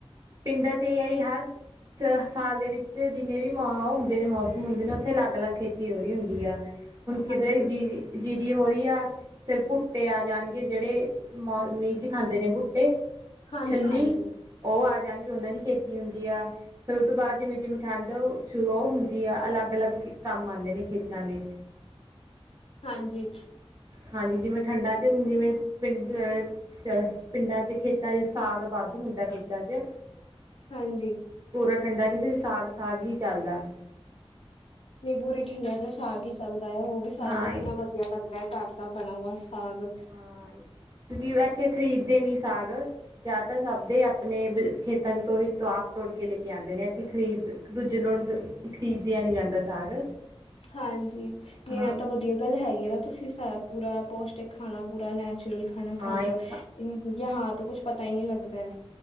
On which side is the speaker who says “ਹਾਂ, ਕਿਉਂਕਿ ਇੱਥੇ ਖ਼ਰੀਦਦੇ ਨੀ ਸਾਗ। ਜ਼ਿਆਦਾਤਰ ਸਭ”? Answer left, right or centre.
Right